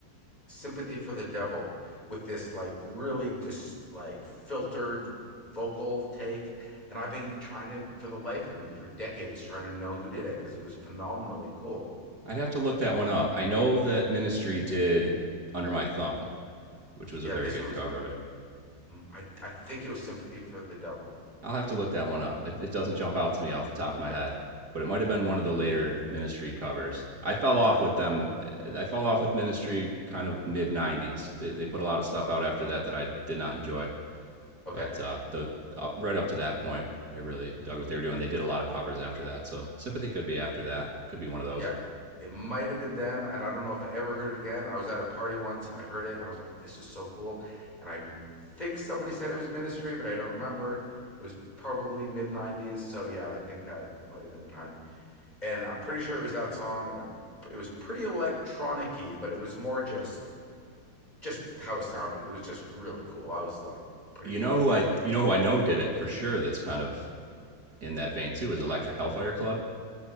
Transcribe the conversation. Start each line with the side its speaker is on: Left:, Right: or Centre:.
Left: Sympathy for the devil with this like really just like filtered vocal take and I've been trying to for the life of me for decades trying to know who did it cuz it was phenomenally cool.
Right: I'd have to look that one up. I know that Ministry did Under My Thumb, which was
Left: Yeah,
Right: a very
Left: this
Right: good
Left: was
Right: cover of it.
Left: I I think it was sympathy for the devil.
Right: I'll have to look that one up. It, it doesn't jump out
Left: Yeah.
Right: to me off the top of
Left: Okay.
Right: my head, but it might have been one of the later Ministry covers. I fell off
Left: Okay.
Right: with them. I fell off with Ministry kind of mid '90s. They, they put a lot of stuff out after that that I did not enjoy,
Left: Okay.
Right: but uh, the up, right up to that point, I really dug what they were doing. They did a lot of covers after that, so Sympathy could be after that. Could be one of those.
Left: Yeah. It might have been them, and I don't know if I ever heard it again. I was at a party once and I heard it, and I was like, "This is so cool." And I think somebody said it was Ministry, but I don't remember. It was probably mid '90s, so yeah, I think that might have been the time. And I'm pretty sure it was that song, and I'm it was pretty electronic-y, but it was more just just how it sounded. It was just really cool. I was like pretty
Right: You
Left: blown
Right: know who
Left: away.
Right: I you know who I know did it for sure. That's kind of in that vein too is Electric Hellfire Club.